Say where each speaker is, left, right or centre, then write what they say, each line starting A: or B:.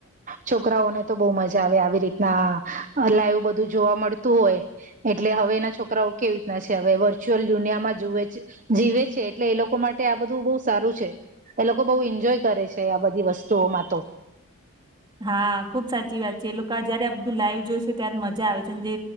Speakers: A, on the right (about 35°); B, on the right (about 20°).
A: છોકરાઓને તો બહુ મજા આવે આવી રીતના લાઈવ બધું જોવા મળતું હોય એટલે હવે એના છોકરાઓ કેવી રીતના છે હવે વર્ચ્યુઅલ દુનિયામાં જોવે છે. જીવે છે એટલે એ લોકો માટે આ બધું બહુ સારું છે. એ લોકો બહુ એન્જોય કરે છે આ બધી વસ્તુઓમાં તો
B: હા ખુબ સાચી વાત છે એ લોકો જયારે બધું લાઈવ જોઈશે ત્યારે મજા આવે છે જે